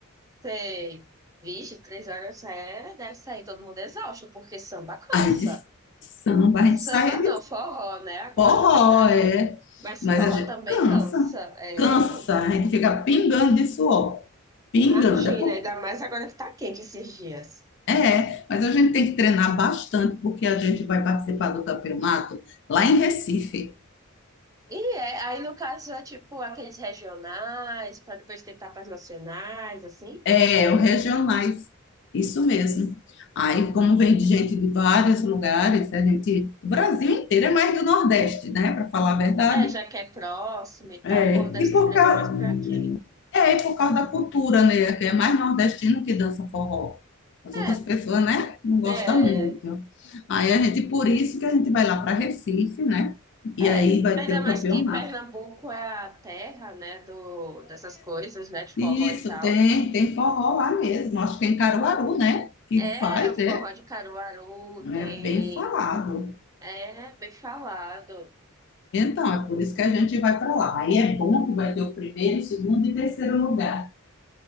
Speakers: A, on the right (about 15°); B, on the left (about 55°).
A: Sei. Vixe, três horas é, deve sair todo mundo exausto, porque samba cansa.
B: A gente samba,
A: Samba
B: a gente sai
A: não, forró, né? Agora,
B: Forró,
A: na verdade.
B: é.
A: Mas
B: Mas
A: forró
B: a gente
A: também
B: cansa.
A: cansa. É,
B: Cansa.
A: cansa.
B: A gente fica pingando de suor. Pingando.
A: Imagina,
B: É, por-
A: ainda mais agora que tá quente esses dias.
B: é, mas a gente tem que treinar bastante, porque a gente vai participar do campeonato lá em Recife.
A: E é, aí no caso é tipo aqueles regionais, para depois tentar para as nacionais, assim.
B: É, o regionais. Isso mesmo. Aí, como vem de gente de vários lugares, a gente, o Brasil inteiro é mais do Nordeste, né? Para falar a verdade.
A: É, já que é próximo e tal,
B: É.
A: pô, deve
B: E
A: se
B: por
A: inscrever
B: causa,
A: mais pra aqui.
B: É, e por causa da cultura, né? Que é mais nordestino que dança forró. As
A: É,
B: outras pessoas, né? Não gostam
A: é,
B: muito. Aí a gente, por isso que a gente vai lá para Recife, né? E
A: é.
B: aí vai
A: Ainda
B: ter o
A: mais
B: campeonato.
A: que Pernambuco é a terra, né, do, dessas coisas, né, de
B: Isso,
A: forró e tal.
B: tem, tem forró lá mesmo. Acho que é em Caruaru, né? Que
A: É,
B: faz,
A: o forró
B: é,
A: de Caruaru tem...
B: é bem falado.
A: É, bem falado.
B: Então, é por isso que a gente vai para lá. Aí é bom que vai ter o primeiro, segundo e terceiro lugar.